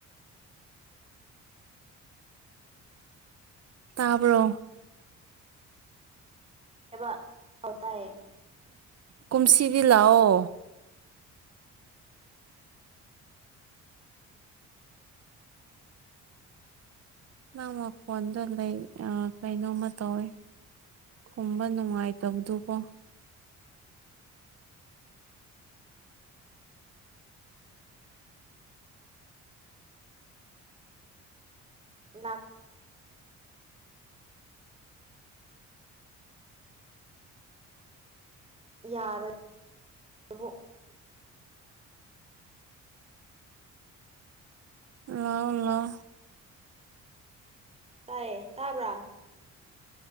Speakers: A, on the right (about 55°); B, on the right (about 20°).
A: ꯇꯥꯕ꯭ꯔꯣ
B: ꯑꯦꯕ ꯑꯧ ꯇꯥꯏꯌꯦ
A: ꯀꯨꯝꯁꯤꯗꯤ ꯂꯥꯛꯑꯣ ꯅꯪ ꯃꯈꯣꯟꯗꯣ ꯂꯩ ꯑ ꯀꯩꯅꯣꯝꯃ ꯇꯧꯋꯦ ꯈꯨꯝꯕ ꯅꯨꯡꯉꯥꯏꯇꯕꯗꯨꯀꯣ
B: ꯂꯥꯛ ꯌꯥꯔꯣꯏ ꯑꯗꯨ
A: ꯂꯑꯣ ꯂꯑꯣ
B: ꯇꯥꯌꯦ ꯇꯥꯕ꯭ꯔꯥ